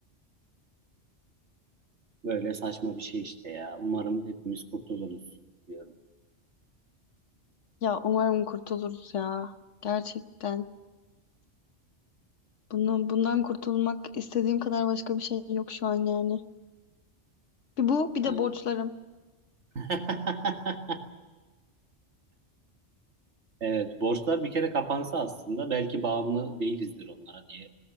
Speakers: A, on the right; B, on the left.
A: Böyle saçma bir şey işte ya. Umarım hepimiz kurtuluruz diyorum.
B: Ya umarım kurtuluruz ya. Gerçekten. Bunu, bundan kurtulmak istediğim kadar başka bir şey yok şu an yani. Bir bu bir
A: Aynen.
B: de borçlarım.
A: <laughs> Evet, borçlar bir kere kapansa aslında belki bağımlı değilizdir onlara diye